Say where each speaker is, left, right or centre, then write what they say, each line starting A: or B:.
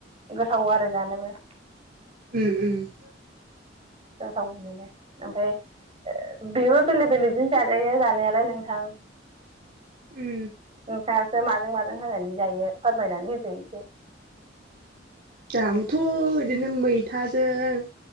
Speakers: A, on the right; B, on the right.
A: गोथाव आरो जानोबो
B: उम उम
A: जाव माने ओमफ्राय बेबो बेलेग बेलेगजों जाजायो जानायालाय नोंथां
B: उम
A: नोंथाङासो माजों माजों होनानै जायो फोरमायनानै होदो एसे
B: जोहाबोथ' बिदिनो मैथाजों